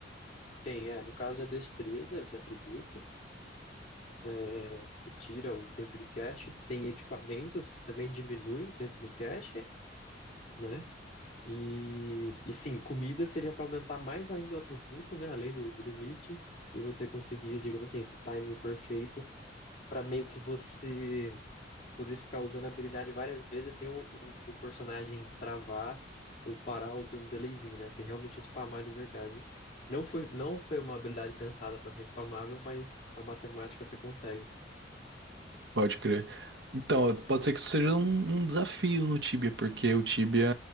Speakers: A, on the left; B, on the right.
A: Tem, é, no caso é destreza, esse atributo, é, que tira o tempo de cache. Tem equipamentos, que também diminui o tempo do cache, né? E, e sim, comida seria para aumentar mais ainda o atributo, né? Além do, do limite. E você conseguir, digamos assim, esse timer perfeito para meio que você poder ficar usando a habilidade várias vezes sem o, o, o personagem travar ou parar ou ter um delayzinho, né? Você realmente spamar de verdade. Não foi, não foi uma habilidade pensada para ser spamável, mas a matemática você consegue.
B: Pode crer. Então, pode ser que isso seja um, um desafio no Tibia, porque o Tibia